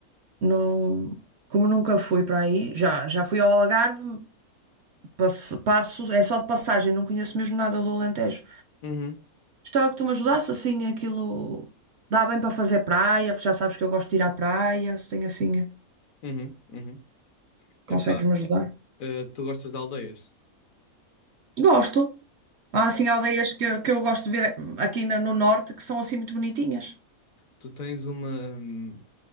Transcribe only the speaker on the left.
uhum,
uhum, uhum. Epá,
eh, tu gostas de aldeias?
Ok.
Tu tens uma, hum,